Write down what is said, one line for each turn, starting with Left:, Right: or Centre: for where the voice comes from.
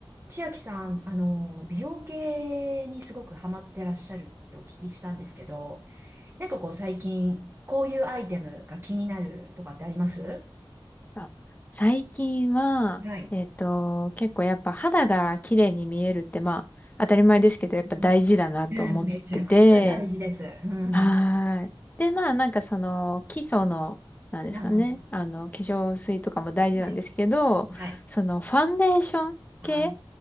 Right: 千秋さん、あの、美容系にすごくハマってらっしゃるってお聞きしたんですけど、なんかこう最近、こういうアイテムが気になるとかってあります
Left: あ最近は、
Right: はい。
Left: えっと、結構やっぱ肌が綺麗に見えるって、まあ、当たり前ですけど、やっぱ大事だなと思ってて、
Right: うんえーめちゃくちゃ大事です。うん。
Left: はーい。で、まあ、なんかその、基礎の、なんですかね、
Right: あ、
Left: あの、化粧水とかも大事なんですけど、
Right: はい。はい。
Left: その、ファンデーション系
Right: あ